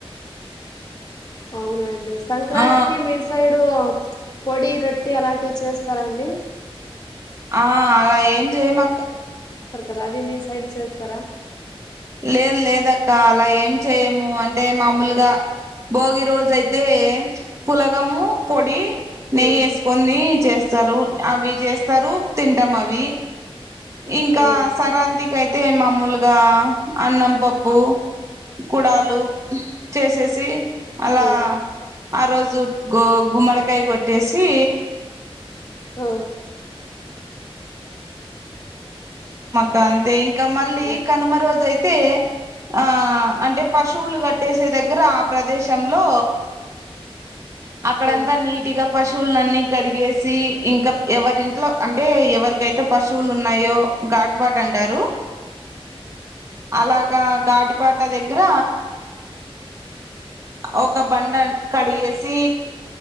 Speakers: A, on the left (about 40°); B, on the right (about 30°).
A: అవునండి సంక్రాంతికి
B: ఆ
A: మీసైడ్ ఇప్పుడు పొడి రొట్టి అలాంటివి చేస్తారా అండి
B: ఆ అలా ఏం చేయమక్క
A: కద అది మీ సైడ్ చేస్తారా
B: లేదు లేదక్క అలా ఏం చెయము అంటే మామూలుగా భోగి రోజు అయితే పులగము పొడి నెయ్యి
A: ఆ
B: వేసుకొని చేస్తారు అవి చేస్ సరూప్ తింటమవి ఇంకా
A: అవును
B: సంక్రాంతికి అయితే మామూలుగా పంపప్పు కుడాలు చేసేసి అలా
A: ఆ
B: ఆ రోజు గో గుమ్మడికాయ కొట్టేసి
A: ఆ
B: కంతే ఇక మళ్ళీ
A: ఆ
B: కనుమ రోజు అయితే అతే ఆ అంటే పశువులు కట్టేసే దగ్గర ఆ ప్రదేశంలో అక్కడంతా
A: ఆ,
B: నీటిగా పశువులన్ని కడిగేసి ఇంకా ఎవరింట్లో అంటే ఎవరికైతే పుసువు శువులు ఉన్నాయో ఘాటిపాట అంటారు అలాగా ఘాటిపాట దగ్గర ఒక బండ కడిగేసి